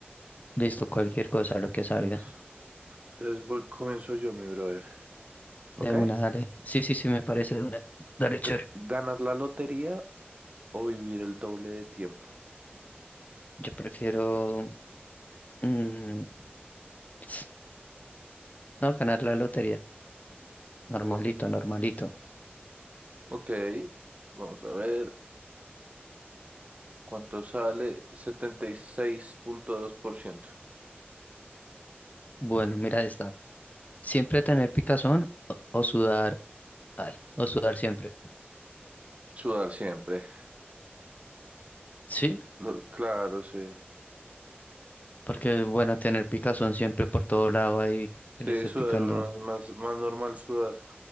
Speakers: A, on the left; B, on the right.
A: Listo, cualquier cosa, lo que salga.
B: Entonces, entonces voy- comienzo yo, mi brother, ¿ok?
A: De una, dale. Sí, sí, sí, me parece de una. Dale, chévere.
B: G- ¿Ganar la lotería o vivir el doble de tiempo?
A: Yo prefiero mm, <sniffs> no ganar la lotería. Normalito, normalito.
B: Ok, vamos a ver cuánto sale. setenta y seis punto dos por ciento.
A: Bueno, mira esta. Siempre tener picazón o, o sudar. Ay, o sudar siempre.
B: Sudar siempre.
A: Sí.
B: Lo- claro, sí.
A: Porque es bueno tener picazón siempre por todo lado ahí que
B: Sí,
A: le esté
B: sudar
A: picando.
B: uno es más, más normal sudar.